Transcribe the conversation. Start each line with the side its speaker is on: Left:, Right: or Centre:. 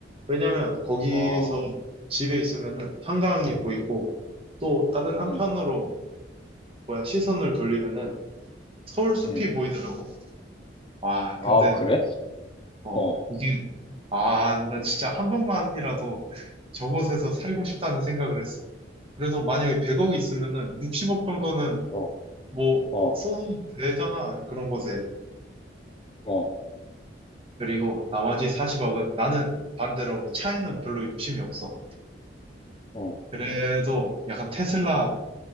Right: 왜냐면 거기서
Left: 어,
Right: 집에 있으면은 한강이 보이고 또 다른 한편으로
Left: 응,
Right: 뭐야 시선을 돌리면은 서울 숲이
Left: 응.
Right: 보이더라고. 와,
Left: 아,
Right: 근데
Left: 그래?
Right: 어
Left: 어,
Right: 이게 아, 나 진짜 한 번만이라도 저곳에서 살고 싶다는 생각을 했어. 그래도 만약에 100억이 있으면은 60억 정도는
Left: 어,
Right: 뭐
Left: 어,
Right: 써도 되잖아. 그런 것에.
Left: 어,
Right: 그리고 나머지 40억은 나는 반대로 차에는 별로 욕심이 없어.
Left: 어.
Right: 그래도 약간 테슬라